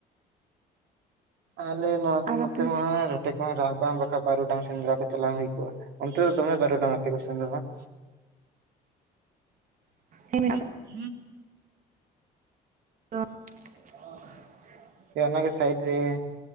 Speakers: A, on the right (about 75°); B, on the right (about 50°).
A: ᱟᱞᱮ ᱱᱚᱣᱟ
B: ᱟᱨ
A: ᱱᱚᱛᱮ
B: ᱟᱯᱮ
A: ᱢᱟ ᱨᱚᱴᱮ ᱠᱚᱦᱚ ᱨᱟᱜ ᱵᱟᱝ ᱨᱟᱠᱟᱵ ᱵᱟᱨᱩᱰᱟᱝ ᱥᱮᱸᱫᱽᱨᱟ ᱠᱚ ᱪᱟᱞᱟᱣ ᱦᱩᱭ ᱠᱚᱜ ᱟ ᱚᱱᱛᱮ ᱫᱚ ᱫᱚᱢᱮ ᱵᱟᱨᱩᱰᱟᱝ ᱟᱯᱮ ᱠᱚᱥᱮᱱ ᱫᱚ ᱵᱟᱝ <unintelligible>
B: ᱦᱮᱸ ᱢᱮᱱᱟᱜ ᱫᱚ <unintelligible>
A: ᱚᱱᱟᱜᱮ ᱥᱟᱭᱤᱰ ᱨᱮ